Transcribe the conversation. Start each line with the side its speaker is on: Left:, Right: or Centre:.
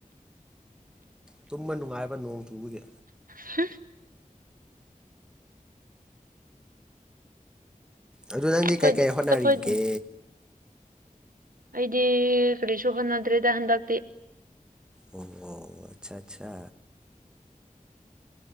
Centre: ꯇꯨꯝꯕ ꯅꯨꯡꯉꯥꯏꯕ ꯅꯣꯡ ꯆꯨꯕꯒꯤ
Right: <unintelligible>
Centre: ꯑꯗꯨ ꯅꯪꯗꯤ
Right: ꯑꯩꯈꯣꯏꯗꯤ
Centre: ꯀꯩꯀꯩ ꯍꯣꯠꯅꯔꯤꯒꯦ
Right: ꯑꯩꯈꯣꯏꯗꯤ ꯑꯩꯗꯤ ꯀꯔꯤꯁꯨ ꯍꯣꯟꯅꯗ꯭ꯔꯦꯗ ꯍꯟꯗꯛꯇꯤ
Centre: ꯑꯣ ꯑꯣ ꯑꯆꯥ ꯑꯆꯥ